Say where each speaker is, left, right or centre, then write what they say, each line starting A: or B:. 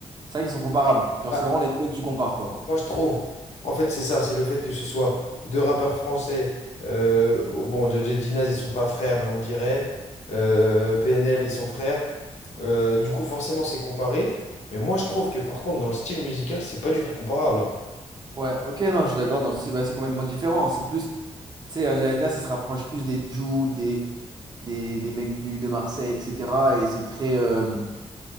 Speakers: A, on the right; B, on the left.
A: C'est vrai qu'ils sont comparables. Genre,
B: Bah,
A: c'est vraiment les deux que tu compares, quoi.
B: Moi, je trouve, en fait, c'est ça, c'est le fait que ce soit deux rappeurs français. euh, bon, Dja Dja Dinaz, ils sont pas frères, mais on me dirait. euh, PNL, ils sont frères. Euh, du coup, forcément, c'est comparé. Mais moi, je trouve que, par contre, dans le style musical, c'est pas du tout comparable.
A: Ouais, ok, non, je suis d'accord. dans le style, bah, c'est complètement différent. C'est plus. Tu sais, à Jalina, ça se rapproche plus des Jul, des, des, des mecs du, de Marseille, etc. Et c'est très, euh,